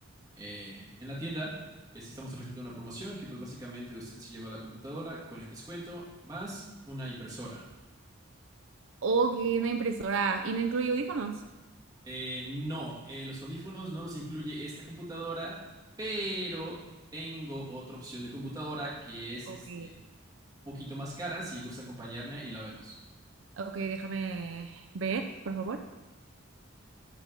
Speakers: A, on the right; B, on the right.
A: en- en la tienda. Es- estamos ofreciendo una promoción que pues básicamente usted se lleva la computadora con el descuento más una impresora.
B: Ok, una impresora. ¿Y no incluye audífonos?
A: Eh, no, eh, los audífonos no los incluye esta computadora, pero tengo otra opción de computadora que es
B: Ok.
A: este un poquito más cara. Si gusta acompañarme y la vemos.
B: Ok, déjame ver, por favor.
A: Ok.